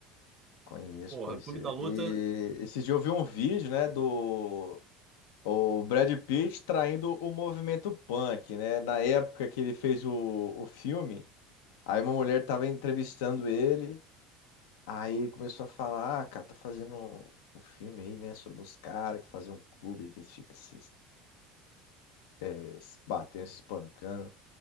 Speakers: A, on the left; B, on the right.
A: Conheço,
B: Porra,
A: pois
B: Clube
A: é.
B: da Luta
A: E esses dias eu vi um vídeo, né, do o Brad Pitt traindo o movimento punk, né? Na época que ele fez o, o filme, aí uma mulher tava entrevistando ele, aí ele começou a falar, ah, cara, tô fazendo um, um filme aí, né, sobre os caras que fazem um clube aí que eles ficam se, é, se batendo, se espancando.